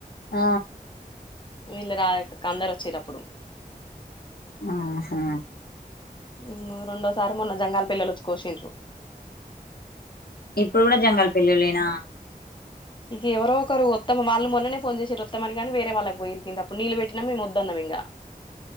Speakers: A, on the left; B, on the left.
A: ఆ
B: వీళ్ళు రాయక్ కందర్ వొచ్చిర్ అప్పుడు
A: ఆహా.
B: ఉమ్ రెండోసారి మొన్న జంగాల్ పిల్లోళ్ళు వొచ్చి కోషిండ్రు.
A: ఇప్పుడు గుడా జంగాల్ పిళ్ళోళ్ళేనా.
B: ఇక ఎవరో ఒకరు వొత్తము వాళ్ళ మొన్ననే ఫోన్ చేసింరు వత్తమని కానీ వేరే వాళ్ళకి పోయింరు కింద అప్పుడు నీళ్లు పెట్టినాక వద్దన్నం ఇంకా. ఇగ